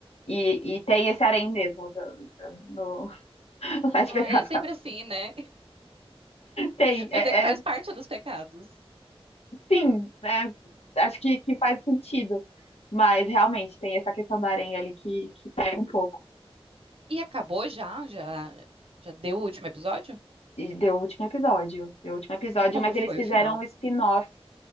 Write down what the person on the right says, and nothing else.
Ai,
é sempre
assim, né?
<laughs>
Mas é que faz
parte dos pecados.
E acabou já? Já, já deu o último episódio?
E como
foi
o final?